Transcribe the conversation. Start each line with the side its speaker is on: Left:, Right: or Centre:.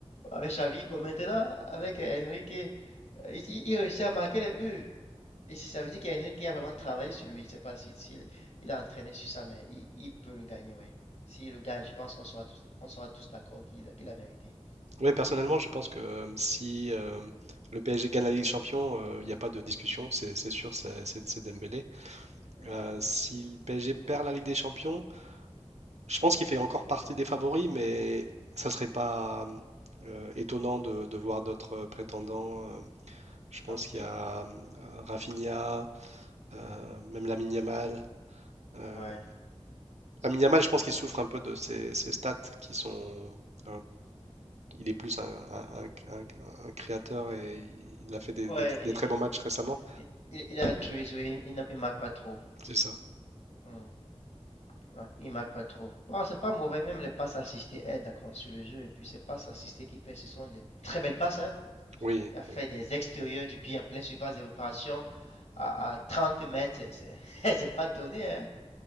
Left: avec Xavi. Bon, maintenant, avec Enrique, euh, il, il réussit à marquer les buts. Et ça veut dire qu'Enrique a vraiment travaillé sur lui. Je ne sais pas s'il si, si il a entraîné sur ça, mais il, il peut le gagner, oui. S'il le gagne, je pense qu'on sera tous, on sera tous d'accord qu'il qu a mérité.
Right: Oui, personnellement, je pense que, hem, si, hem, le PSG gagne la Ligue des champions, heu, il y a pas de discussion, c'est c'est sûr, c'est c'est c'est Dembélé.
Left: Ouais.
Right: Heu, si le PSG perd la Ligue des champions, je pense qu'il fait encore partie des favoris, mais ça serait pas, mmh, étonnant de de voir d'autres, heu, prétendants, hem. Je pense
Left: Comme qui?
Right: qu'il y a, mmh, Rafinha, Euh, même la Yamal. Euh,
Left: Ouais.
Right: Lamine Yamal, je pense qu'il souffre un peu de ses, ses stats qui sont. euh, il est plus un, un- un- un- un créateur et il a fait des,
Left: Ouais,
Right: des- des très bons matchs
Left: il, il,
Right: récemment.
Left: il- il a altruiste, oui, il, ne- il marque pas trop.
Right: C'est ça.
Left: Hmm. Il marque, il marque pas trop. Bon, c'est pas mauvais, même les passes assistées aident à construire le jeu. Et puis, ces passes assistées qu'il fait, ce sont des très belles passes, hein.
Right: Oui,
Left: Il a fait
Right: oui.
Left: des extérieurs du pied en plein surface de réparation à, à 30 mètres. C'est c'est- <laughs> c'est pas donné, hein.